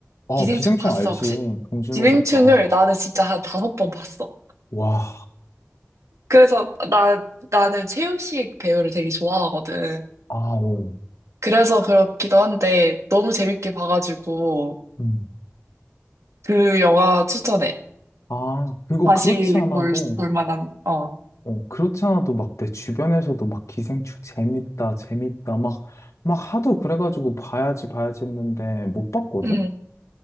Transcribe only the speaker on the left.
어,
기생충
알지?
봉준호
작가.
와,
아오.
음.
아, 그거
그렇지 않아도.
어, 그렇지 않아도 막 내 주변에서도 막 기생충 재밌다, 재밌다, 막, 막 하도 그래가지고 봐야지, 봐야지 했는데 못 봤거든?